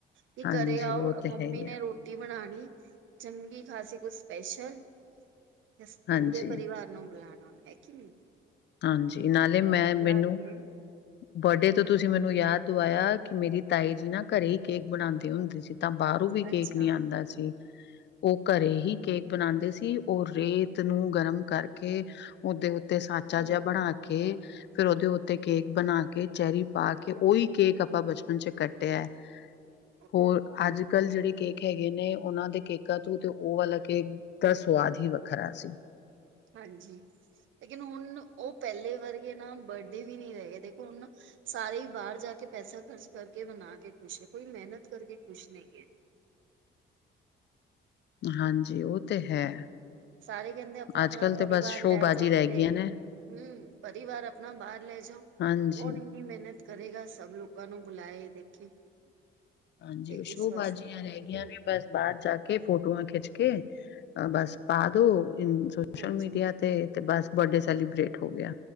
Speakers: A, on the right (about 75°); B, on the left (about 60°).
A: ਕਿ
B: ਹਾਂਜੀ
A: ਘਰੇ ਆਓ
B: ਓ ਤੇ
A: ਮੰਮੀ
B: ਹੈ ਹੀ
A: ਨੇ
B: ਆ
A: ਰੋਟੀ ਬਣਾਣੀ, ਚੰਗੀ ਖਾਸੀ ਕੁਸ ਸਪੈਸ਼ਲ। ਇਸ ਪੂਰੇ
B: ਹਾਂਜੀ
A: ਪਰਿਵਾਰ ਨੂੰ ਬੁਲਾਣਾ, ਹੈ ਕੀ ਨੀ।
B: ਹਾਂਜੀ, ਨਾਲੇ ਮੈਂ ਮੈਨੂੰ
A: ਕੇ
B: ਬਡਡੇ ਤੇ ਤੁਸੀਂ ਮੈਨੂੰ ਯਾਦ ਦੁਵਾਇਆ ਕਿ ਮੇਰੀ ਤਾਈ ਜੀ ਨਾ ਘਰੇ ਈ ਕੇਕ ਬਣਾਉੰਦੀ ਹੁੰਦੀ ਸੀ। ਤਾਂ ਬਾਹਰੋਂ ਵੀ ਕੇਕ
A: ਅੱਛਾ
B: ਨੀ ਆਂਦਾ ਸੀ। ਉਹ ਘਰੇ ਹੀ ਕੇਕ ਬਣਾਉਂਦੇ ਸੀ ਉਹ ਰੇਤ ਨੂੰ ਗਰਮ ਕਰਕੇ ਉਹਦੇ ਉੱਤੇ ਸਾਂਚਾ
A: ਹੂੰ
B: ਜਿਆ ਬਣਾ ਕੇ ਫਿਰ ਉਹਦੇ ਉੱਤੇ ਕੇਕ ਬਣਾ ਕੇ ਚੈਰੀ ਪਾ ਕੇ ਉਈ ਕੇਕ ਆਪਾਂ ਬਚਪਨ 'ਚ ਕੱਟਿਆ
A: <inaudible>
B: ਹੋਰ ਅੱਜ ਕੱਲ ਜੇੜੇ ਕੇਕ ਹੈਗੇ ਨੇ ਉਨਾਂ ਦੇ ਕੇਕਾਂ ਤੋਂ ਤੇ ਓ ਵਾਲਾ ਕੇਕ ਦਾ ਸਵਾਦ ਹੀ ਵੱਖਰਾ ਸੀ।
A: ਹਾਂਜੀ, ਲੇਕਿਨ ਹੁਣ ਉਹ ਪਹਿਲੇ ਵਰਗੇ ਨਾ ਬਡਡੇ ਵੀ ਨੀ ਰੈਗੇ ਦੇਖੋ ਹੁਣ ਸਾਰੇ ਈ ਬਾਹਰ ਜਾ ਕੇ ਪੈਸਾ ਖ਼ਰਚ ਕਰਕੇ ਬਣਾ ਕੇ ਖੁਸ਼ ਏ ਕੋਈ ਮਿਹਨਤ ਕਰਕੇ ਖੁਸ਼ ਨਈ ਹੈ
B: ਹਾਂਜੀ, ਉਹ ਤੇ ਹੈ।
A: ਸਾਰੇ ਕਹਿੰਦੇ ਆਪਣਾ-ਆਪਣਾ
B: ਅੱਜ ਕੱਲ ਤੇ
A: ਪਰਿਵਾਰ
B: ਬਸ ਸ਼ੋਅਬਾਜ਼ੀ
A: ਲੈ ਜਾਓ
B: ਰਹਿ
A: ਤੇ
B: ਗਈਆਂ ਨੇ
A: ਹੂੰ, ਪਰਿਵਾਰ ਆਪਣਾ ਬਾਹਰ ਲੈ ਜਓ,
B: ਹਾਂਜੀ
A: ਕੌਣ ਇੰਨੀ ਮਿਹਨਤ ਕਰੇਗਾ ਸਭ ਲੋਕਾਂ ਨੂੰ ਬੁਲਾਏ ਦੇਖੇ
B: ਹਾਂਜੀ,
A: ਤੇ
B: ਉਹ ਸ਼ੋ-ਬਾਾਜ਼ੀਆਂ
A: ਇਸ ਵਾਸਤੇ
B: ਰਹਿ
A: ਹੈ ਕਿ
B: ਗਈਆਂ
A: ਨਹੀਂ।
B: ਨੇ ਬਸ। ਬਾਹਰ ਜਾ ਕੇ ਫੋਟੋਆਂ ਖਿੱਚ ਕੇ ਬਸ ਪਾ ਦੋ ਇੰਸ ਸੋਸ਼ਲ
A: ਹਾਂਜੀ,
B: ਮੀਡੀਆ ਤੇ ਤੇ ਬਸ ਬਰਡੇ ਸੈਲੀਬ੍ਰਟ ਹੋ ਗਿਆ